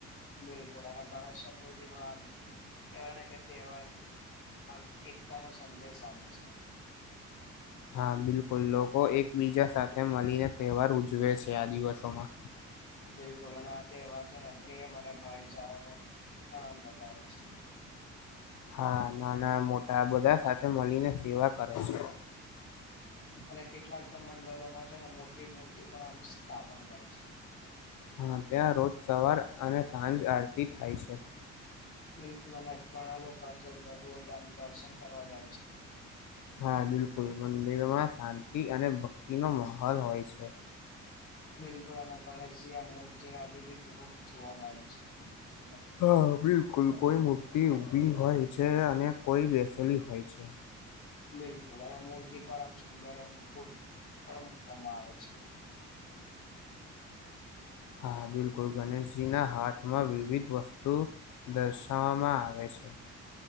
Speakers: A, on the left (about 35°); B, on the left (about 80°).
A: બિલકુલ અને ગણેશ ચતુર્થી નો આમ કહેવાય ને કે તહેવાર આમ એકતા નો સંદેશ આપે છે
B: હા બિલકુલ લોકો એકબીજા સાથે મળીને તહેવાર ઉજવે છે આ દિવસોમાં
A: બિલકુલ અને આ તહેવાર છે ને પ્રેમ અને ભાઈચારા ન પણ આમ વધારે છે
B: હા નાના મોટા બધા સાથે મળીને સેવા કરે છે
A: અને કેટલાક તો મંડલોમાં છે ને મોટી મૂર્તિ પણ આમ સ્થાપન કરે છે
B: હા ત્યાં રોજ સવાર અને સાંજ આરતી થાય છે
A: બિલકુલ અને ઘણા લોકો તો દરરોજ આમ દર્શન કરવા જાય છે
B: હા બિલકુલ મંદિરોમાં શાંતિ અને ભક્તિનો માહોલ હોય છે
A: બિલકુલ અને ગણેશજી આ મૂર્તિ ના વિવિધ રૂપ જોવા મળે છે
B: હા બિલકુલ કોઈ મૂર્તિ ઊભી હોય છે અને કોઈ બેસેલી હોય છે
A: બિલકુલ અને મૂર્તિ પર આમ સુંદર મુકુટ પણ મુકવામાં આવે છે
B: હા બિલકુલ ગણેશજીના હાથમાં વિવિધ વસ્તુ દર્શાવવામાં આવે છે